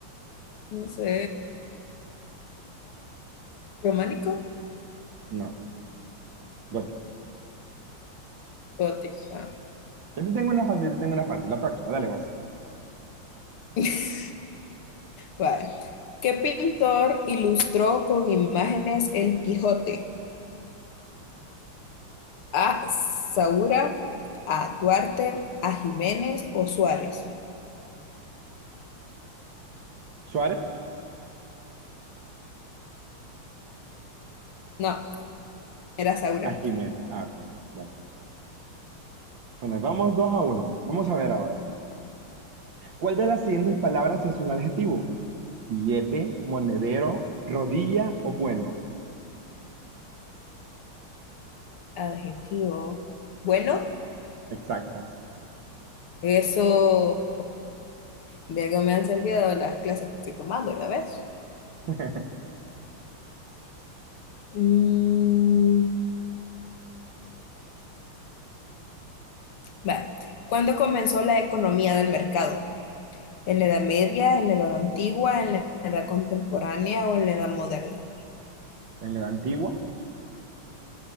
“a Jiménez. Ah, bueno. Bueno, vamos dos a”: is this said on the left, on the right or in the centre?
Right